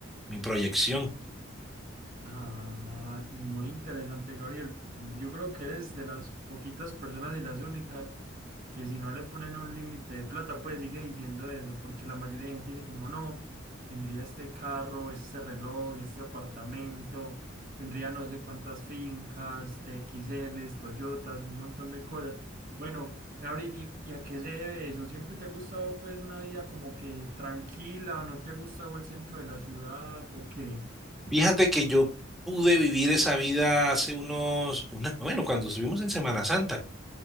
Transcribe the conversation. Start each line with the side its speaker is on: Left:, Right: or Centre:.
Centre: mi proyección.
Right: Ah, muy interesante, Gabriel. Yo creo que eres de las poquitas personas y las únicas que si no le ponen un límite de plata, pues sigue diciendo eso, porque la mayoría de gente dice como no, tendría este carro, este reloj, este apartamento, tendría no sé cuántas fincas, T X Ls, Toyotas, un montón de cosas. Bueno, Gabriel, ¿y, y a qué se debe eso? ¿Siempre te ha gustado pues una vida como que tranquila, no te ha gustado el centro de la ciudad o qué?
Centre: Fíjate que yo pude vivir esa vida hace unos, una- bueno, cuando estuvimos en Semana Santa,